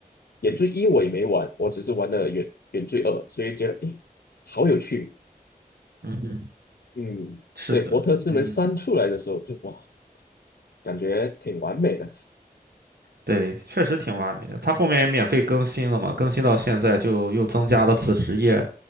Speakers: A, on the left; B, on the right.
A: 原罪一我也没玩，我只是玩了原原罪二，所以觉得诶，好有趣。
B: 嗯嗯，
A: 嗯，
B: 是的，
A: 所以《伯特之门三》出来的时候就哇，
B: 嗯，
A: 感觉挺完美的。
B: 对，确实挺完美的。它后面也免费更新了嘛，更新到现在就又增加了子职业。